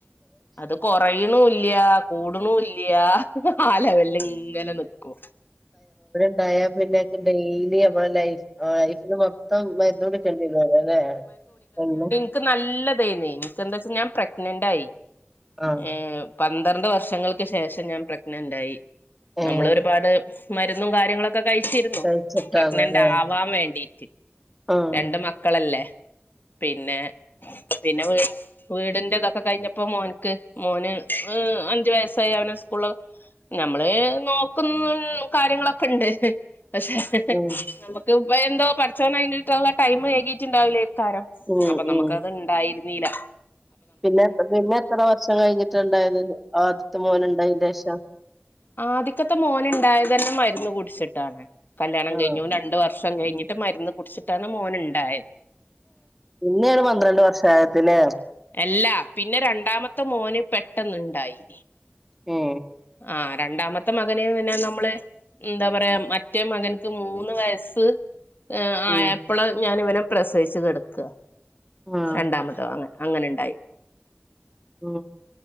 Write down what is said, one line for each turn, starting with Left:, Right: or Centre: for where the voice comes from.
Left: അത് കൊറയ്ണൂലാ കൂടുണൂലാ. ആഹ് ല്ലെവലിഇങ്ങനെ നിക്കും.
Centre: ണ്ടായ പിന്നെക്കെ ഡെയിലി നമ്മളെ ലൈഫ് ലൈഫില് മൊത്തം മരുന്ന് കുടി <unintelligible> ല്ലെ എന്നും
Left: ൻക്ക് നല്ല ഇതേനെയ് ഇൻക്കെ എന്താച്ചാ ഞാൻ പ്രഗ്നനന്റായി
Centre: ആഹ്
Left: ഏ പന്ത്രണ്ട് വർഷങ്ങൾക്ക് ശേഷം ഞാൻ പ്രഗ്നന്റായി
Centre: ഏഹ്
Left: നമ്മളൊഒരുപാട്. മരുന്നും കാര്യങ്ങളൊക്കെ കഴിച്ചിരുന്നു
Centre: കഴിച്ചിട്ടാണല്ലേ
Left: പ്രഗ്നന്റ് ആവാൻ വേണ്ടിട്ട്.
Centre: ആഹ്
Left: രണ്ട് മക്കളല്ലേ പിന്നെ പിന്നെ വ് വീടിന്റെ ഇതൊക്കെ കഴിഞ്ഞപ്പോ മോനക്ക് മോന് ഹ് അഞ്ചു വയസ്സായി അവന് സ്കൂള് നമ്മള് നോക്കുന്നു കാര്യങ്ങളൊക്കെ ഇണ്ട് പക്ഷെ
Centre: ഉം
Left: നമുക്ക് ഇപ്പ എന്തോ പച്ചോന കഴഞ്ഞിട്ടുള്ള ടൈം ഏകിട്ട്ണ്ടാവില്ലേക്കാരം
Centre: ഉം
Left: അപ്പൊ നമുക്ക്
Centre: ഉം
Left: അത് ഇണ്ടായിരിന്നീല്ല
Centre: പിന്നെ പിന്നെ എത്ര വർഷം കഴിഞ്ഞിട്ട ഇണ്ടായത് ആദ്യത്തെ മോന് ഇണ്ടായിന്റേഷം
Left: ആദ്യക്കത്തെ മോൻ ഉണ്ടായതന്നെ മരുന്ന് കുടിച്ചിട്ടാണ് കല്യാണം
Centre: ആഹ്
Left: കഴിഞ്ഞു ഓന് രണ്ടു വർഷ ഷം കഴിഞ്ഞിട്ട് മരുന്ന് കുടിച്ചിട്ടാണ് മോൻഇണ്ടായത്.
Centre: പിന്നേണ് പന്ത്രണ്ട് വർഷയത്തിന്
Left: എല്ലാ പിന്നെ രണ്ടാമത്തെ മോന് പെട്ടന്ന്ണ്ടായി
Centre: ഉം
Left: ആഹ് രണ്ടാമത്തെ മകന് പിന്നെ നമ്മള്. ഇന്താ പറയാ മറ്റേ മകൻക്ക് മൂന്ന് വയസ്സ്.
Centre: ഉം
Left: ആയപ്ള് ഞാന് ഇവനെ പ്രസവിച്ച് കിടക്കാ
Centre: ആഹ്
Left: രണ്ടാമതോ അങ്ങനെ അങ്ങനെ ഇണ്ടായി
Centre: ഉം